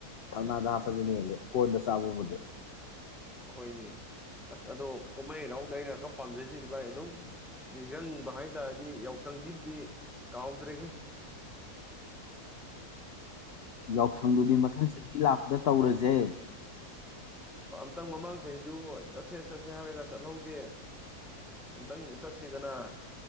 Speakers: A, on the left (about 70°); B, in the centre.
A: ꯊꯧꯅꯥꯗ ꯍꯥꯞꯄꯖꯅ ꯍꯦꯜꯂꯦ ꯀꯣꯟꯗ ꯆꯥꯕꯕꯨꯗꯦ
B: ꯑꯍꯣꯏꯅꯦ ꯑꯁ ꯑꯗꯣ ꯀꯨꯝꯍꯩ ꯍꯔꯥꯎꯗ ꯑꯩꯅ ꯈꯔ ꯄꯥꯝꯖꯁꯤꯗꯤ ꯚꯥꯏ ꯑꯗꯨꯝ ꯅꯤꯡꯁꯤꯡꯕ ꯍꯥꯏ ꯇꯥꯔꯗꯤ ꯌꯥꯎꯁꯪꯁꯤꯕꯨꯗꯤ ꯀꯥꯎꯗ꯭ꯔꯦ
A: ꯌꯥꯎꯁꯪꯗꯨꯗꯤ ꯃꯊꯪ ꯆꯍꯤ ꯂꯥꯛꯄꯗ ꯇꯧꯔꯁꯦ
B: ꯑꯃꯇꯪ ꯃꯃꯥꯡ ꯆꯍꯤꯁꯨ ꯆꯠꯁꯦ ꯆꯠꯁꯦ ꯍꯥꯏꯔꯒ ꯆꯠꯍꯧꯗꯦ ꯑꯝꯇꯪ ꯆꯠꯁꯤꯗꯅ